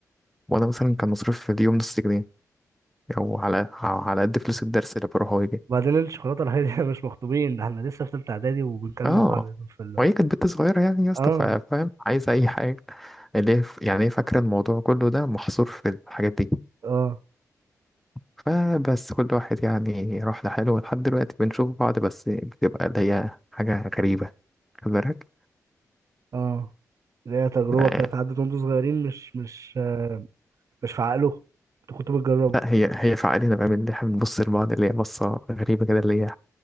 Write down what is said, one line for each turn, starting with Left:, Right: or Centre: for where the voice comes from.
Centre: وأنا مثلا كان مصروف في اليوم نص جنيه أو على أو على قد فلوس الدرس اللي بروح وأجي
Right: وبعدين الشوكولاته الحقيقيه احنا <laughs> مش مخطوبين ده احنا لسه في ثالثه اعدادي وبنكلم
Centre: أه
Right: بعض يعني، في اللي
Centre: وهي كانت بنت صغيرة يعني يا اسطى
Right: اه
Centre: فا- فاهم عايزة أي حاجة اللي هي ف- يعني هي فاكرة الموضوع كله ده محصور في الحاجات دي
Right: اه
Centre: فبس كل واحد يعني راح لحاله ولحد دلوقتي بنشوف بعض بس بتبقى اللي هي حاجة غريبة خد بالك
Right: اه اللي هي تجربه
Centre: آه،
Right: كانت عدت وانتوا صغيرين مش مش مش في عقله انتوا كنتوا بتجربوا
Centre: لا هي هي فعالية بقى من اللي احنا بنبص لبعض اللي هي بصة غريبة كده اللي هي